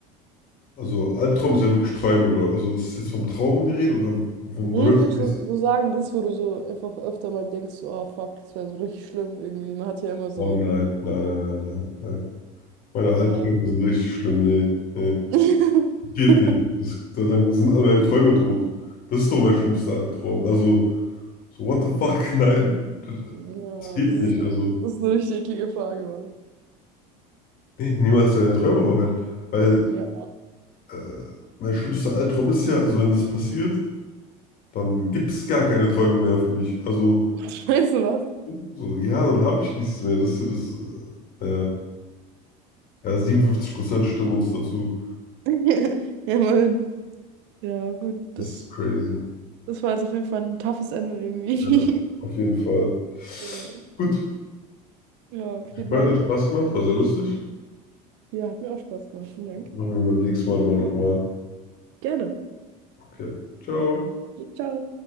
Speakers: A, on the left; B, on the right.
A: Also Albtraum ist ja wirklich Träume, glaube ich. Also ist es jetzt vom Traum die Rede oder vom
B: Nee,
A: Worst
B: ich würde
A: Case?
B: so so sagen, das, wo du so einfach öfter mal denkst, so, ah, fuck, das wäre so richtig schlimm irgendwie. Man hat ja immer so,
A: Oh nein, nein, nein, nein, nein, nein. Meine
B: ja.
A: Albträume sind richtig schlimm. Nee, nee.
B: <laughs>
A: Geht nicht. Das, da- dann sind all meine Träume tot. Das ist doch mein schlimmster Albtraum. Also, so what the fuck? <laughs> Nein, das,
B: Ja,
A: das geht
B: das ist,
A: nicht.
B: ne-
A: Also,
B: das ist eine richtig eklige Frage, Mann.
A: nee, niemals deine Träume verwenden. Weil
B: Ja.
A: äh, mein schlimmster Albtraum ist ja, also wenn das passiert, dann gibt es gar keine Träume mehr für mich. Also,
B: <laughs> Weißt du was?
A: So, ja, dann habe ich nichts mehr. Das ist ja das. Äh, ja, ja, 57% stimmen uns dazu.
B: <laughs> Ja, immerhin. Ja, gut, das,
A: Das ist crazy.
B: das war jetzt auf jeden Fall ein toughes Ende irgendwie.
A: Ja,
B: <laughs>
A: auf jeden Fall.
B: Äh,
A: Gut,
B: Ja, vielen
A: hat
B: Dank.
A: Spaß gemacht, war sehr lustig.
B: Ja, hat mir auch Spaß gemacht. Vielen Dank.
A: Machen wir beim nächsten Mal mal nochmal.
B: Gerne.
A: Okay, ciao.
B: Ciao.